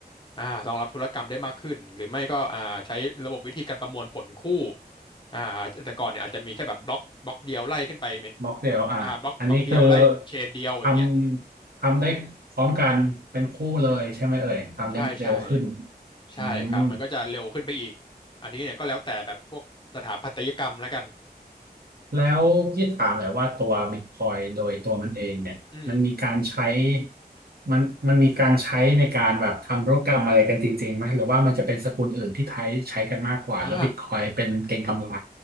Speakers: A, on the left; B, on the right.
A: อ่ารองรับธุรกรรมได้มากขึ้นหรือไม่ก็อ่าใช้ระบบวิธีการประมวลผลคู่อ่าแต่ก่อนเนี่ยอาจจะมีแค่แบบบล็อกบล็อกเดียวไล่ขึ้นไปเป็น
B: ม็อกเทลอ่ะอันนี้คือ
A: อ่าบล็อกบล็อกเดียวไล่เป็นเชนเดียวอย่างเงี้ย
B: ทำทำได้พร้อมกันเป็นคู่เลยใช่ไหมเอ่ยทำได้เร็วขึ้น
A: อืมใช่ใช่ใช่ครับมันก็จะเร็วขึ้นไปอีก
B: อืม
A: อันนี้เนี่ยก็แล้วแต่แบบพวกสถาปัตยกรรมแล้วกัน
B: แล้วพี่ถามหน่อยว่าตัวบิตคอยโดยตัวมันเองเนี่ยมันมีการใช้
A: อืม
B: มันมันมีการใช้ในการแบบทำธุรกรรมอะไรกันจริงๆไหมหรือว่ามันจะเป็นสกุลอื่นที่ใช้ใช้กันมากกว่าแล้วบิตคอยเป็นเก็งกำไร
A: อ่า